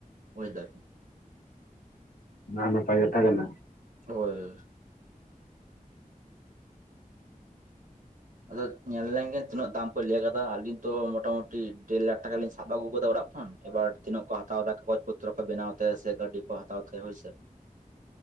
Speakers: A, on the right (about 70°); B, on the left (about 85°).
A: ᱵᱩᱡ ᱫᱟ ᱟᱨᱠᱤ
B: ᱚᱱᱟ ᱦᱚᱸ ᱱᱟᱯᱟᱭ ᱠᱟᱛᱷᱟ ᱠᱟᱱᱟ
A: ᱦᱳᱭ ᱟᱫᱚ ᱧᱮᱞ ᱞᱮᱱ ᱜᱮ ᱛᱤᱱᱟᱹᱜ ᱫᱟᱢ ᱠᱚ ᱞᱟᱹᱭ ᱟᱠᱟᱫᱟ ᱟᱹᱞᱤᱧ ᱛᱚ ᱢᱚᱴᱟᱢᱩᱴᱤ ᱰᱮᱲ ᱞᱟᱠᱷ ᱴᱟᱠᱟ ᱞᱤᱧ ᱥᱟᱵ ᱟᱹᱜᱩ ᱟᱠᱟᱫᱟ ᱚᱲᱟᱜ ᱠᱷᱚᱱ ᱮᱵᱟᱨ ᱛᱤᱱᱟᱹᱜ ᱠᱚ ᱦᱟᱛᱟᱣ ᱫᱟ ᱠᱟᱜᱚᱡᱽ ᱯᱚᱛᱨᱚ ᱠᱚ ᱵᱮᱱᱟᱣ ᱛᱮ ᱥᱮ ᱜᱟᱹᱰᱤ ᱠᱚ ᱦᱟᱛᱟᱣ ᱛᱮ ᱦᱳᱭ ᱥᱮ